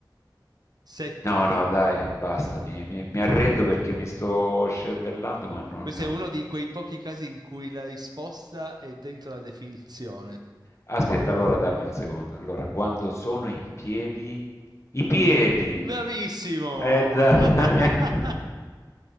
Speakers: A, on the right; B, on the left.
A: 7.
B: No, no, dai, basta, mi, mi- mi arrendo perché mi sto scervellando, ma non...
A: Questo è uno di quei pochi casi in cui la risposta è dentro la definizione.
B: Aspetta, allora dammi un secondo. Allora, quando sono in piedi, i piedi.
A: Bravissimo!
B: Eh, dai,
A: <laughs>
B: <laughs> mi hai, <laughs>